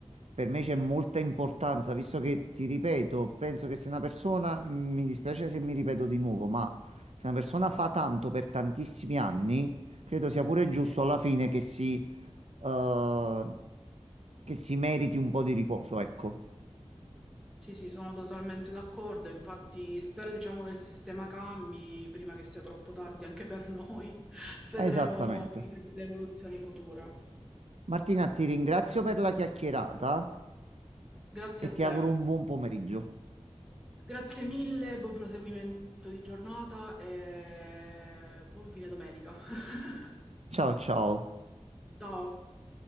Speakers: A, on the right; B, in the centre.
A: per me c'è molta importanza, visto che ti ripeto, penso che se una persona, mhmm, mi dispiace se mi ripeto di nuovo, ma se una persona fa tanto per tantissimi anni, credo sia pure giusto
B: Sì.
A: alla fine che si, eh, che si meriti un po' di riposo, ecco.
B: Sì, sì, sono totalmente d'accordo, infatti spero diciamo che il sistema cambi prima che sia troppo tardi anche per noi. <laughs> Vedremo
A: Esattamente.
B: le evoluzioni future.
A: Martina, ti ringrazio per la chiacchierata
B: Grazie
A: e
B: a te.
A: ti auguro un buon pomeriggio.
B: Grazie mille, buon proseguimento di giornata e buon fine domenica. <laughs>
A: Ciao ciao.
B: Ciao.